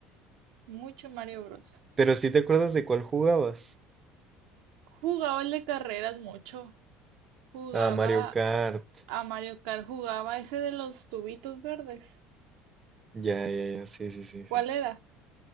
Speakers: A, on the right; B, on the right.
A: Mucho Mario Bros.
B: Pero sí te acuerdas de cuál jugabas.
A: Jugaba el de carreras mucho. Jugaba
B: Ah, Mario Kart.
A: a Mario Kart, jugaba ese de los tubitos verdes.
B: Ya, ya, ya, sí, sí, sí,
A: ¿Cuál
B: sí.
A: era?